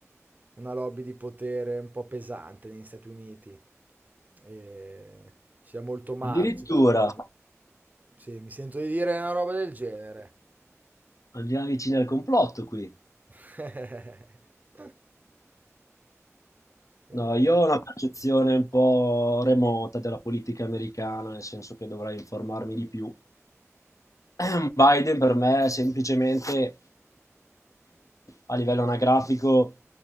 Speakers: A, on the right; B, on the left.
A: una lobby di potere un po' pesante negli Stati Uniti. E c'è molto marcio.
B: Addirittura
A: Sì, mi sento di dire una roba del genere.
B: andiamo vicini al complotto qui.
A: <laughs> Eh,
B: No, io ho una percezione un po' remota della politica americana, nel senso che dovrei informarmi di più. <clears throat> Biden per me è semplicemente a livello anagrafico